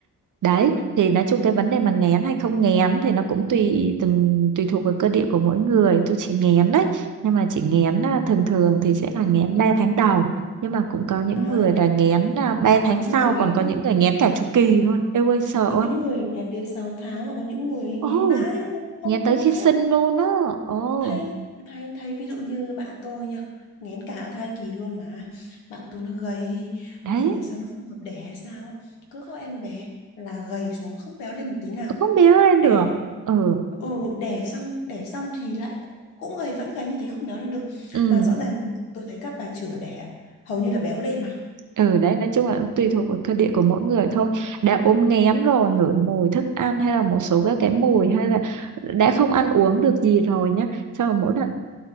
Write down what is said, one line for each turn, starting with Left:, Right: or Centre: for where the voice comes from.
Right: Đấy, thì nói chung cái vấn đề mà nghén hay không nghén thì nó cũng tùy từng tùy thuộc vào cơ địa của mỗi người. Tôi chỉ nghén đấy, nhưng mà chỉ nghén à, thường thường thì sẽ là nghén 3 tháng đầu. Nhưng mà cũng có những
Left: À,
Right: người là nghén à, 3 tháng
Left: có những
Right: sau,
Left: người nghén
Right: còn có những người nghén cả chu kỳ luôn. Eo ơi sợ
Left: có
Right: quá.
Left: những người nghén đến 6 tháng và có những người
Right: Ồ,
Left: nghén mãi luôn không
Right: nghén
Left: không
Right: tới khi
Left: hết
Right: sinh luôn á. Ồ,
Left: thay thay thay ví dụ như bạn tôi nha nghén cả thai kỳ luôn mà bạn tôi nó gầy
Right: đấy,
Left: mà không hiểu sao nó không hợp đẻ hay sao á cứ có em bé là gầy xuống không béo lên một tí nào
Right: không biết lên
Left: đẻ
Right: được. Ừ,
Left: ừ, đẻ xong đẻ xong thì lại cũng cũng gầy vẫn gầy như thế không béo lên được
Right: ừ.
Left: mà rõ ràng mình tôi thấy các bà chữa đẻ hầu như là béo lên mà
Right: ừ đấy nói chung là cũng tùy thuộc vào cơ địa của mỗi người thôi đã ốm nghén rồi ngửi mùi thức ăn hay là một số các cái mùi hay là đã không ăn uống được gì rồi nhá xong rồi mỗi lần